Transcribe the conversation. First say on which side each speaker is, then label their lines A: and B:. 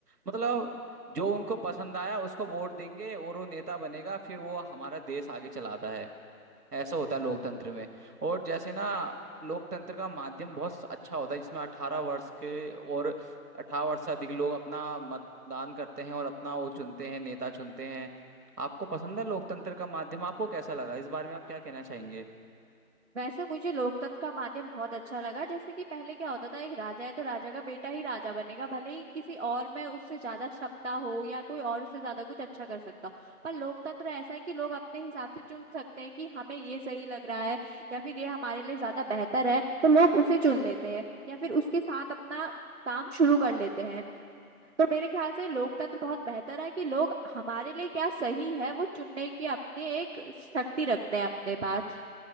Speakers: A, on the right; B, on the right.
A: मतलब जो उनको पसंद आया उसको वोट देंगे और वो नेता बनेगा फिर वो हमारा देश आगे चलाता है ऐसा होता है लोकतंत्र में और जैसे ना लोकतंत्र का माध्यम बहुत अच्छा होता है जिसमें अठारह वर्ष के और अठारह वर्ष से अधिक लोग अपना मतदान करते हैं और अपना वो चुनते हैं नेता चुनते हैं आपको पसंद है लोकतंत्र का माध्यम आपको कैसा लगा इस बारे में आप क्या कहना चाहेंगे
B: वैसे मुझे लोकतंत्र का माध्यम बहुत अच्छा लगा जैसे कि पहले क्या होता था एक राजा है तो राजा का बेटा ही राजा बनेगा भले ही किसी और में उससे ज्यादा क्षमता हो या कोई और उससे ज्यादा कुछ अच्छा कर सकता हो पर लोकतंत्र ऐसा है कि लोग अपने हिसाब से चुन सकते हैं कि हमें ये सही लग रहा है या फिर ये हमारे लिए ज्यादा बेहतर है तो लोग उसे चुन लेते हैं या फिर उसके साथ अपना काम शुरू कर लेते हैं तो मेरे ख्याल से लोकतंत्र बहुत बेहतर है कि लोग हमारे लिए क्या सही है वो चुनने की अपनी एक शक्ति रखते हैं अपने पास